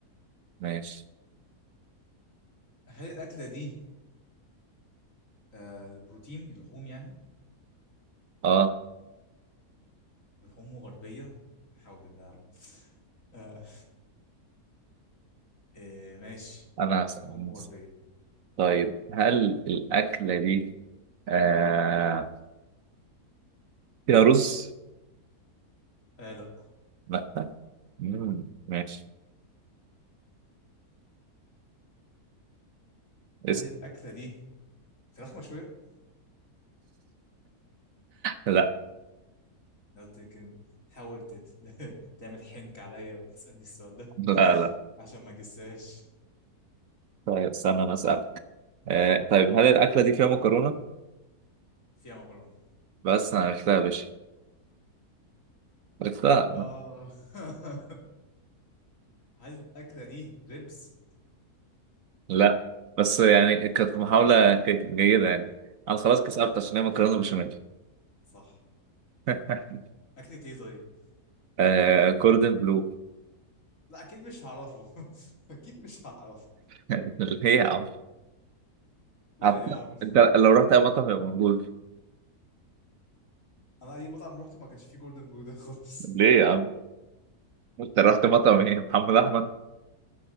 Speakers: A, on the right; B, on the left.
A: ماشي
B: هي الأكلة دي آه بروتين لحوم يعني
A: اه
B: لحوم غربية حول الله يا رب آه آه ماشي
A: أنا هسأل
B: لحوم غربية
A: طيب هل الأكلة دي آه فيها رز؟
B: آه لا
A: لا مم. ماشي اسم
B: هل الأكلة دي فراخ مشوية؟
A: لا
B: أنا قلت يمكن تحاول تت... <laughs> تعمل حنك عليا وتسألني السؤال ده
A: لا
B: <laughs>
A: لا
B: عشان ما جساش
A: طيب استنى انا اسالك آه طيب هل الاكله دي فيها مكرونه
B: فيها مكرونة
A: بس انا عرفتها يا باشا عرفتها
B: آه <laughs> هل الأكلة دي ريبز؟
A: لا بس يعني كانت محاوله ك- جيده يعني انا خلاص كسبت عشان هي مكرونه بشاميل
B: صح
A: <laughs>
B: أكلة إيه طيب؟
A: آه كوردن بلو
B: لا أكيد مش هعرفه <laughs> أكيد مش هعرفه
A: <laughs> ليه يا عم
B: لا
A: عم-
B: يا عم
A: انت لو رحت اي مطعم يبقى موجود
B: أنا أي مطعم روحته ما كانش فيه جوردن بلو ده <laughs> خالص
A: ليه يا عم انت رحت مطعم ايه محمد احمد